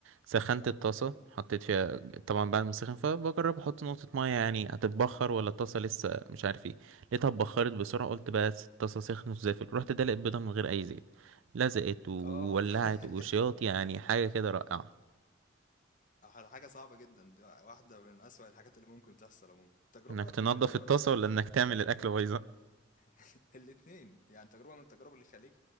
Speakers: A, on the right; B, on the left.
A: سخنت الطاسة حطيت فيها طبعا بعد ما سخن فبجرب احط نقطة مية يعني هتتبخر ولا الطاسة لسه مش عارف ايه لقيتها اتبخرت بسرعة قلت بس الطاسة سخنت وزفت رحت دلق البيضة من غير اي زيت لزقت وولعت
B: آه <laughs>
A: وشياط يعني حاجة كده رائعة
B: ح حاجة صعبة جدًا، ده واحدة من أسوأ الحاجات اللي ممكن تحصل عمومًا. تجربة
A: انك تنضف
B: من التجارب
A: الطاسة
B: اللي تخلّيك
A: ولا انك تعمل الاكل بايظة
B: <laughs> الاتنين، يعني تجربة من التجارب اللي تخلّيك